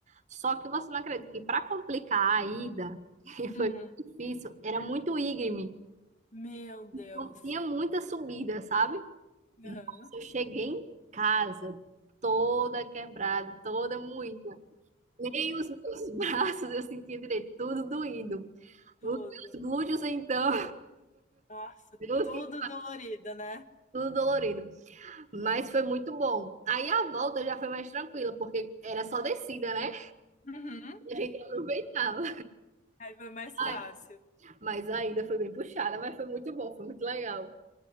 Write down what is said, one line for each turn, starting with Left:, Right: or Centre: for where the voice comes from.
Right: Só que você não acredita que para complicar a ida, <laughs> que foi
Left: hum,
Right: difícil, era muito íngreme,
Left: meu Deus.
Right: não tinha muita subida, sabe?
Left: Uhum,
Right: Nossa, eu cheguei em casa toda quebrada, toda moída. Nem os meus <laughs> braços eu sentia direito, tudo doído.
Left: tudo.
Right: Os meus glúteos, então,
Left: Nossa,
Right: <laughs> eu
Left: tudo
Right: tinha
Left: dolorido, né?
Right: tudo dolorido. Mas foi muito bom. Aí a volta já foi mais tranquila, porque era só descida, né?
Left: Uhum.
Right: A gente aproveitava.
Left: Aí foi mais fácil.
Right: Ai, mas a ida foi bem puxada, mas foi muito bom, foi muito legal.